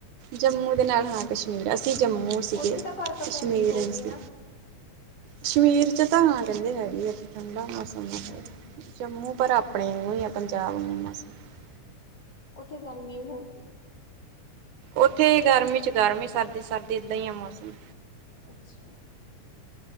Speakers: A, on the right; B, on the left.
A: ਜੰਮੂ ਦੇ ਨਾਲ ਹਾਂ ਕਸ਼ਮੀਰ ਅਸੀਂ ਜੰਮੂ ਸੀਗੇ
B: ਉੱਥੇ ਤਾਂ ਬਰਫ਼
A: ਕਸ਼ਮੀਰ
B: ਪੈਂਦੀ ਹੋਊਗੀ
A: ਨੀ ਸੀ।
B: ਨਾ
A: ਕਸ਼ਮੀਰ ਚ ਤਾਂ ਹਾਂ ਕਹਿੰਦੇ ਹੈਗੀ ਉਥੇ ਠੰਢਾ ਮੌਸਮ ਆ,
B: ਹਾਂਜੀ
A: ਜੰਮੂ ਪਰ ਆਪਣੇ <unintelligible> ਪੰਜਾਬ ਦੀਆਂ ਮੌਸਮ <unintelligible>
B: ਉੱਥੇ ਗਰਮੀ ਹੋਗੀ
A: ਉੱਥੇ ਗਰਮੀ ਚ ਗਰਮੀ ਸਰਦੀ ਸਰਦੀ ਏਦਾਂ ਈ ਆ ਮੌਸਮ।
B: ਅੱਛਾ,